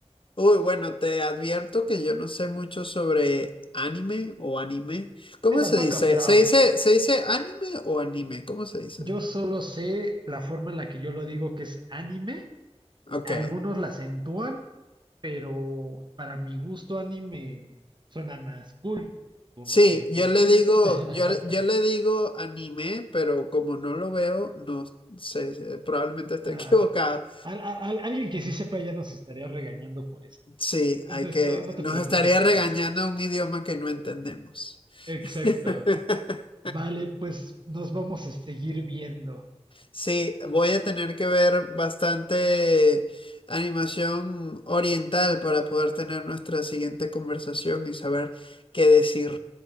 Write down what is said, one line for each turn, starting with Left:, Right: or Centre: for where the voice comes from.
Left: Uy, bueno, te advierto que yo no sé mucho sobre anime o anime. ¿Cómo
Right: Yo tampoco,
Left: se dice?
Right: pero
Left: ¿Se dice, se dice anime o anime? ¿Cómo se dice?
Right: yo solo sé la forma en la que yo lo digo que es anime.
Left: Ok.
Right: Algunos la acentúan, pero para mi gusto anime suena más cool. Tú
Left: Sí,
Right: no sé
Left: yo
Right: qué opines.
Left: le digo,
Right: <laughs>
Left: yo, yo le digo anime, pero como no lo veo, no sé, sé, probablemente esté
Right: Nah.
Left: <laughs> equivocado.
Right: Al- a- al- alguien que sí sepa ya nos estaría regañando por eso.
Left: Sí,
Right: Entonces,
Left: hay que,
Right: no, no te
Left: nos
Right: preocupes
Left: estaría
Right: por
Left: regañando
Right: eso.
Left: un idioma que no entendemos.
Right: Exacto.
Left: <laughs>
Right: Vale, pues nos vamos a seguir viendo.
Left: Sí, voy a tener que ver bastante animación oriental para poder tener nuestra siguiente conversación y saber qué decir.